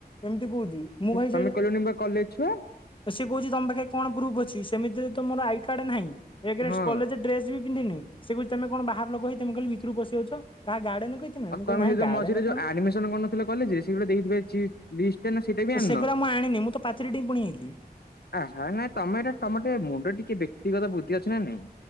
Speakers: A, on the left (about 30°); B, on the left (about 70°).
A: ଏମିତି କହୁଛି ମୁଁ ଭାଇ
B: ତମେ
A: ସେଇସ
B: କହିଲନି ବା କଲେଜ ଛୁଆ
A: ସେ କହୁଛି ତମ ପାଖରେ କଣ ପ୍ରୁଫ୍ ଅଛି ସେମିତିରେ ତ ମୋର ଆଇ କାର୍ଡ ନାହିଁ ଏକ ରେ
B: ହଁ
A: କଲେଜ୍ ଡ୍ରେସ୍ ବି ପିନ୍ଧିନି ସେ କହୁଛି ତେମେ କଣ ବାହାର ଲୋକ ହେଇ ତେମେ ଖାଲି ଭିତୁରୁକୁ ପଶି ଯାଉଛ କାହା ଗାର୍ଡେନ୍ କି
B: ଆଉ
A: ମୁଁ କହିଲି
B: ତମେ
A: ନାଇଁ
B: ସେଇ ଯୋଉ
A: ଗାର୍ଡେନ
B: ମଝିରେ
A: କଣ
B: ଯୋଉ ଆଡମିସନ୍ କରିନଥିଲ କଲେଜରେ ସେ ସିଏ ବି ଗୋଟେ ଦେଇଥିବେ କିଛି ଲିଷ୍ଟଟେ ନାଁ ସେଇଟା ବି ଆଣିନ?
A: ସେଗୁରା ମୁଁ ଆଣିନି ମୁଁ ତ ପାଚେରୀ ଡିପଣି ଆଇଲି।
B: ଆ ହା ନାଇଁ ତମେ ଏଇଟା ତମର ଟିକେ ମୁଣ୍ଡରେ ଟିକେ ବ୍ୟକ୍ତିଗତ ବୁଦ୍ଧି ଅଛି ନାଁ ନାହିଁ?